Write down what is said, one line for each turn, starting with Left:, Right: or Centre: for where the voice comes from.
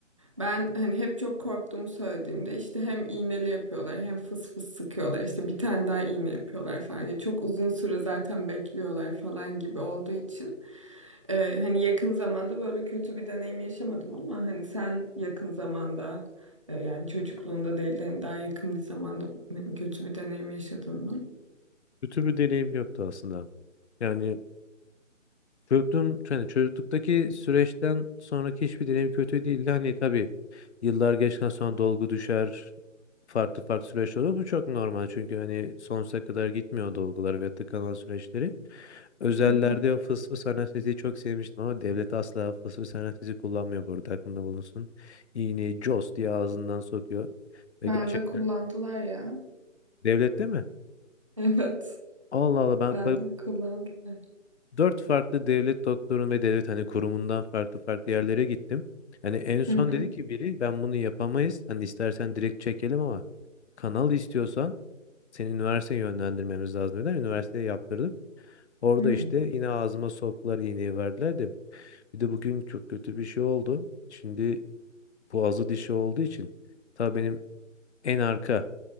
Right: Ben hani hep çok korktuğumu söylediğimde işte hem iğneli yapıyorlar hem fıs fıs sıkıyorlar işte bir tane daha iğne yapıyorlar falan. Yani çok uzun süre zaten bekliyorlar falan gibi olduğu için. Ee, hani yakın zamanda böyle kötü bir deneyim yaşamadım ama hani sen yakın zamanda e, Yani çocukluğunda değil de hani daha yakın bir zamanda hani kötü bir deneyim yaşadın mı?
Left: Kötü bir deneyim yoktu aslında. Yani Çocukluğum, yani çocukluktaki süreçten sonraki hiçbir deneyim kötü değildi. Hani tabii yıllar geçtikten sonra dolgu düşer, farklı farklı süreç olur. Bu çok normal çünkü hani sonsuza kadar gitmiyor dolgular ve tıkanan süreçleri. Özellerde
Right: Hı hı.
Left: o fıs fıs anesteziyi çok sevmiştim ama devlet asla fıs fıs anestezi kullanmıyor burada aklında bulunsun. İğneyi cos diye ağzından sokuyor
Right: Ben
Left: ve gerçekten
Right: de kullandılar ya.
Left: devlette mi?
Right: Evet,
Left: Allah Allah ben
Right: ben de kullandılar.
Left: Dört farklı devlet doktorun ve devlet hani kurumundan farklı farklı yerlere gittim. Hani en son
Right: Hı hı.
Left: dedi ki biri ben bunu yapamayız. Hani istersen direkt çekelim ama kanal istiyorsan seni üniversiteye yönlendirmemiz lazım dediler. Üniversiteye yaptırdım. Orada
Right: Hı
Left: işte yine ağzıma soktular iğneyi verdiler de. Bir de bugün çok kötü bir şey oldu. Şimdi boğazı dişi olduğu için tabii benim en arka